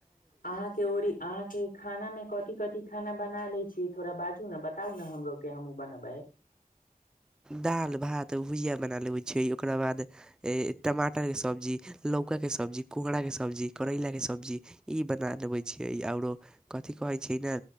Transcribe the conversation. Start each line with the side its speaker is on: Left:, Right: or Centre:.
Left: अहाँके ओरि अहाँके खाना मे कथी कथी खाना बना लै छिये थोड़ा बाजू ने बताउ ने हमरोके हमूँ बनबै
Centre: दालि भात भुजिया बना लेबै छै ओकरा बाद ए टमाटर के सब्जी लौका के सब्जी कोहरा के सब्जी करैला के सब्जी ई बना लेबइ छियै आओरो कथि कहैत छियै ने